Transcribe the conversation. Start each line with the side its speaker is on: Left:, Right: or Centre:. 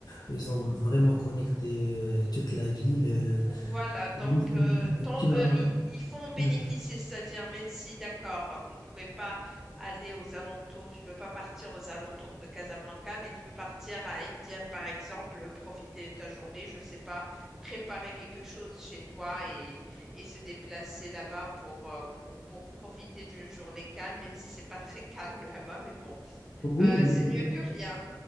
Left: ils ont vraiment connecté euh, toute la ville. euh,
Centre: Voilà, donc
Left: mm, mm,
Centre: euh, tant-
Left: mm. tu m'as.
Centre: euh, ils, ils font bénéficier,
Left: mm.
Centre: c'est-à-dire même si, d'accord, vous ne pouvez pas aller aux alentours, tu peux pas partir aux alentours de Casablanca, mais tu peux partir à India, par exemple, profiter de ta journée, je sais pas, préparer quelque chose chez toi et, et se déplacer là-bas pour, euh, pro- pour profiter d'une journée calme, même si c'est pas très calme là-bas, mais bon,
Left: Oui,
Centre: Euh,
Left: oui,
Centre: c'est
Left: oui,
Centre: mieux que rien,